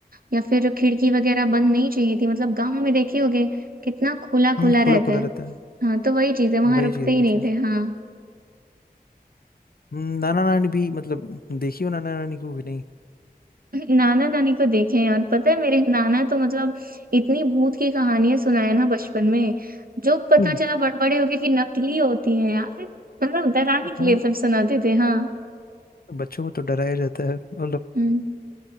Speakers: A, on the right; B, on the left.
A: या फिर खिड़की वगैरह बंद नहीं चाहिए थी मतलब गांव में देखे होगे कितना खुला
B: हम्म
A: खुला
B: खुला
A: रहता
B: खुला
A: है
B: रहता है
A: हाँ तो वही चीज है वहां
B: वही
A: रुकते
B: चीज
A: ही
B: वही
A: नहीं
B: चीज
A: थे हाँ
B: हम्म, नाना नानी भी मतलब देखी हो नाना नानी को कि नहीं
A: नाना नानी को देखे हैं यार पता है मेरे नाना तो मतलब इतनी भूत की कहानियां सुनाए ना बचपन में जो पता
B: हम्म,
A: चला बड़ बड़े होके कि नकली होती हैं यार मतलब डराने के
B: हाँ
A: लिए
B: मतलब
A: सब सुनाते थे हाँ
B: बच्चों को तो डराया जाता है मतलब
A: हम्म